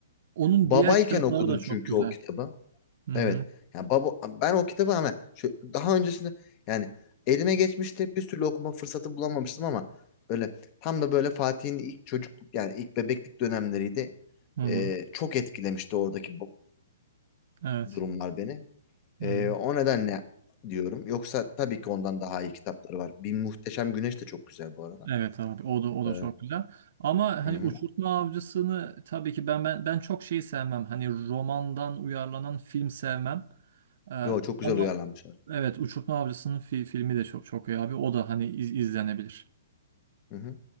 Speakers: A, on the right; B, on the left.
A: onun
B: Babayken
A: diğer kitapları
B: okudum
A: da çok
B: çünkü
A: güzel.
B: o kitabı.
A: Hı
B: Evet.
A: hı.
B: Yani baba ben o kitabı ama şu daha öncesinde yani elime geçmişti. Bir türlü okuma fırsatı bulamamıştım ama böyle tam da böyle Fatih'in ilk çocukluk yani ilk bebeklik dönemleriydi.
A: Hı hı.
B: Ee, çok etkilemişti oradaki bu
A: Evet.
B: durumlar beni. Ee,
A: Hı hı.
B: o nedenle diyorum. Yoksa tabii ki ondan daha iyi kitapları var. Bir Muhteşem Güneş de çok güzel bu arada.
A: Evet abi o da o da
B: Ee,
A: çok güzel. Ama hani
B: hı hı.
A: Uçurtma Avcısı'nı tabii ki ben ben ben çok şey sevmem. Hani romandan uyarlanan film sevmem. Ee,
B: Yo çok güzel
A: ama
B: uyarlanmış.
A: evet Uçurtma Avcısı'nın fi- filmi de çok çok iyi abi. O da hani iz- izlenebilir.
B: Hı hı.